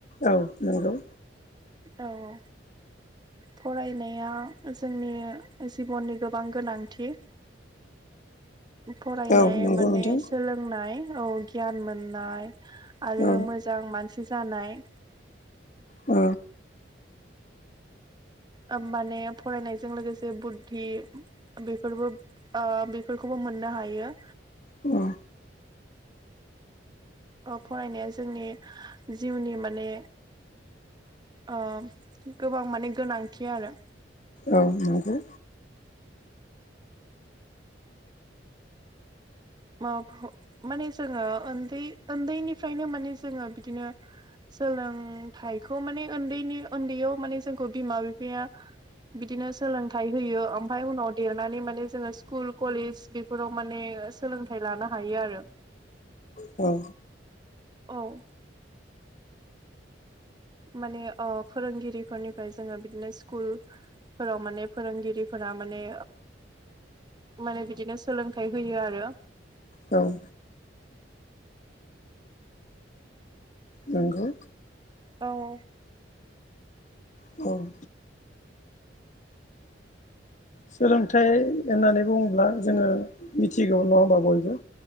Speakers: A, on the left; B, on the right.
A: औ नंगौ
B: औ औ फरायनाय जोंनि जिबननि गोबां गोनांथि फरायनाय
A: औ नंगौ
B: माने
A: नोंथां
B: सोलोंनाय औ गियान मोननाय आरो
A: औ
B: मोजां मानसि जानाय
A: ओ
B: ओ माने फरायनायजों लोगोसे बुद्धि बेफोरबो ओ बेफोरखौबो मोननो हायो।
A: औ
B: अ फरायनाया जोंनि जिउनि माने अ गोबां माने गोनांथि आरो।
A: औ नंगौ
B: माबा माने जोङो उन्दै उन्दैनिफ्रायनो माने जोङो बिदिनो सोलोंथाइखौ माने उन्दैनि उन्दैयाव माने जोंखौ बिमा बिफाया बिदिनो सोलोंथाइ होयो ओमफ्राय उनाव देरनानै माने जोङो स्कुल कलेज बेफोराव माने सोलोंथाइ लानो हायो आरो
A: औ
B: औ माने फोरोंगिरिफोरनिफ्राय जोङो बिदिनो स्कुल फोराव माने फोरोंगिरिफोरा माने माने बिदिनो सोलोंथाइ होयो आरो
A: औ नोंगौ
B: औ औ
A: औ सोलोंथाइ होननानै बुङोब्ला जोङो मिथिगौ नङा होमबा बयबो